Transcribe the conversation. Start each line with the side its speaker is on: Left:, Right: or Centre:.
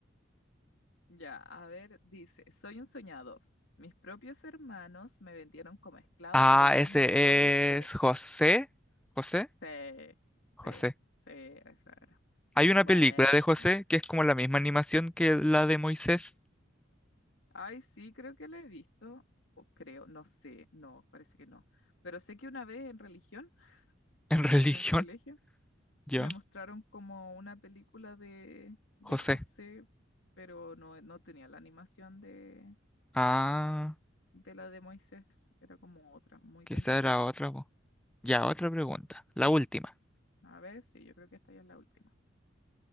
Left: Ya, a ver, dice, soy un soñador. Mis propios hermanos me vendieron como esclavo,
Centre: Ah,
Left: pero Dios
Centre: ese
Left: me ayudó y lo superé.
Centre: es José. José,
Left: Sí, sí,
Centre: José.
Left: sí, esa era.
Centre: Hay una
Left: Buena,
Centre: película de José
Left: buena.
Centre: que es como la misma animación que la de Moisés
Left: Ay, sí, creo que la he visto. O creo, no sé, no, parece que no. Pero sé que una vez en religión,
Centre: en
Left: en
Centre: <laughs> religión.
Left: el colegio,
Centre: Ya,
Left: me mostraron como una película de, de
Centre: José.
Left: José, pero no, no tenía la animación de,
Centre: Ah,
Left: de la de Moisés, era como otra, muy
Centre: quizá
Left: de niñito
Centre: era otra.
Left: así.
Centre: po. Ya, otra pregunta. La
Left: Ya.
Centre: última.
Left: A ver, sí, yo creo que esta ya es la última.